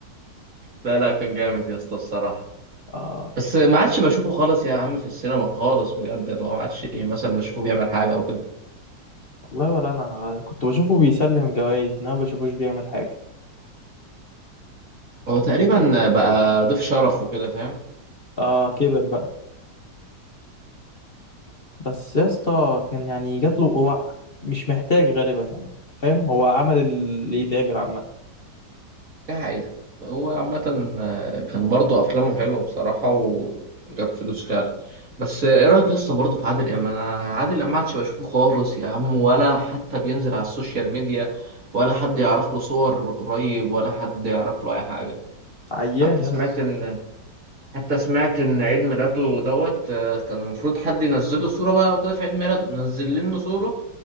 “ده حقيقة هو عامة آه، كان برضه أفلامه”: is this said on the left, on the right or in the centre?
Right